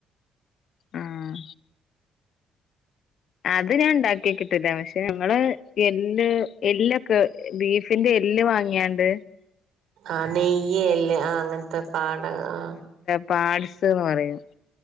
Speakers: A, on the left; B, on the right.
A: ആഹ് അത് ഞാൻ ണ്ടാക്കിയോക്കീട്ടില്ല പക്ഷെ ഞങ്ങള് എല് എല്ലൊക്കെ ബീഫിന്റെ എല്ല് വാങ്ങിയാണ്ട്
B: ആഹ നെയ്യല്ലേ ആ അങ്ങനത്തെ പാട ആഹ
A: പാട്്സ് എന്ന് പറയും